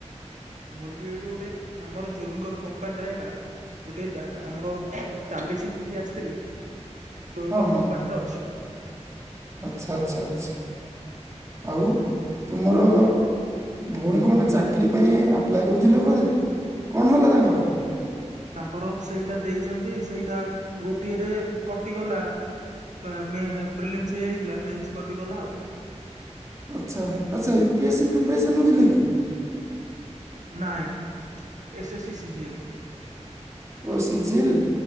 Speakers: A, on the right; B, on the right.
A: ମୁଁ ଏଇଠି ଏଇଠୁ ଗୋଟେ ଆମର ଜୋଇଁଙ୍କର କମ୍ପାନୀରେ ଏକା ଗୋଟେ ଡା ଆମର ଟାଲି ଶିଖିକି ଆସିଥିଲି, ଜ୍ୱାଇଁ
B: ହଁ
A: ଙ୍କର
B: ହଁ
A: କମ୍ପାନୀରେ ଅଛି।
B: ଆଚ୍ଛା ଆଚ୍ଛା ଆଚ୍ଛା। ଆଉ ତୁମର ଭଉଣୀ କଣ ଚାକିରି ପାଇଁ ଆପ୍ଲାଏ କରୁଥିଲୁ ବୋଧେ, କଣ ହେଲା ତାଙ୍କର?
A: ତାଙ୍କର ସେଇଟା ଦେଇଛନ୍ତି ସେଇଟା ଗୋଟିଏରେ କଟିଗଲା। ପେ ମେ ପ୍ରିଲିମ୍ସ୍ ହେଇଯାଇଥିଲା, ମେନ୍ସ୍ କଟିଗଲା ଆଉ।
B: ଆଚ୍ଛା। ଆଚ୍ଛା ୟୁି ପି ଏସି ପ୍ରିପାରେସନ ହଉଥିଲେ କି?
A: ନାଇଁ। S C C G L.
B: ଓ ସିଜିଏଲ୍।